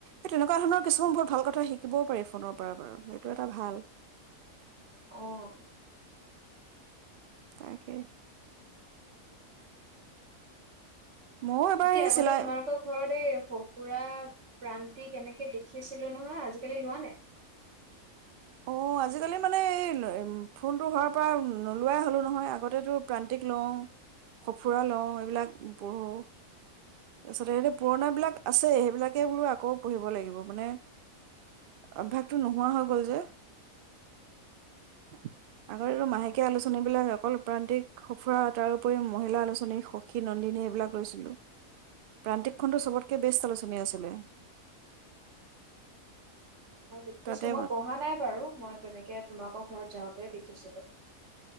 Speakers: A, on the right (about 80°); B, on the right (about 55°).
A: এই তেনেকুৱা ধৰণৰ কিছুমান বহুত ভাল কথা শিকিবও পাৰি ফোনৰ পৰা বাৰু সেইটো এটা ভাল।
B: অহ
A: তাকে, ময়ো এবাৰ
B: এয়া
A: এই
B: আগতে
A: চিলাই
B: তোমালোকৰ ঘৰত এই সঁফুৰা, প্ৰান্তিক এনেকে দেখিছিলো নহয় আজিকালি লোৱা নে?
A: অ' আজিকালি মানে এই ফোনটো হোৱাৰ পৰা নোলোৱাই হ'লোঁ নহয়। আগতে টো প্ৰান্তিক লওঁ, সঁফুৰা লওঁ এইবিলাক পঢ়োঁ। তাৰপিছতে এইটো পুৰণ বিলাক আছে সেইবিলাকে বোলো আকৌ পঢ়িব লাগিব। মানে অভ্যাসটো নোহোৱা হৈ গল যে। আগতে এইটো মাহেকীয়া আলোচনী বিলাক অকল প্ৰান্তিক, সুঁফুৰা তাৰ উপৰি মহিলা আলোচনী, সখী, নন্দিনী এইবিলাক লৈছিলো। প্ৰান্তিক খনটো চবতকে বেষ্ট আলোচনী আছিলে।
B: মই দেখিছিলো
A: তাতে
B: মই পঢ়া নাই বাৰু মই তেনেকে তোমালোকৰ ঘৰত যাওতে দেখিছিলো।